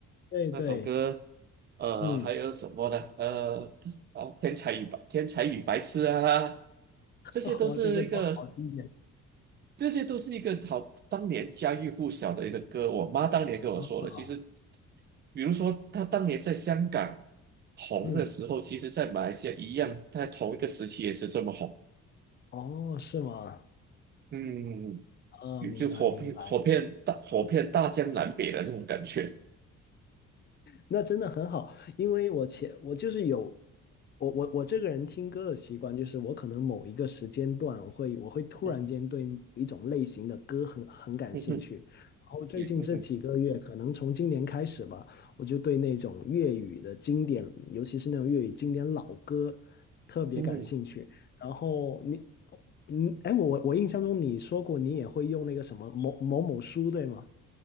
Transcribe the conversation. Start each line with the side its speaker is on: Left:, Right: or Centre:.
Left: 对对，
Right: 那首歌，呃，
Left: 嗯，
Right: 还有什么呢？呃，哦，天才与白天才与白痴》啊，
Left: <laughs>
Right: 这些都是一个。
Left: 哇，这个都好经典
Right: 这些都是一个好当年家喻户晓的一个歌。我妈当年跟我说的，
Left: 啊，
Right: 其实，比如说她当年在香港红的时候，
Left: 嗯，
Right: 其实在马来西亚一样，在同一个时期也是这么红。
Left: 哦，是吗？
Right: 嗯，
Left: 啊，
Right: 有就火遍火遍大火遍大江南北的那种感觉。
Left: 明白明白。那真的很好，因为我前我就是有我我我这个人听歌的习惯，就是我可能某一个时间段我会我会突然间对某一种类型的歌很很感兴趣，
Right: 嗯嗯哼，
Left: 然后最近这几个月，
Right: 也那个
Left: 可能从今年开始吧，我就对那种粤语的经典，尤其是那种粤语经典老歌特别感兴趣。
Right: 嗯，
Left: 然后你嗯，哎，我我我印象中你说过你也会用那个什么某某某书，对吗？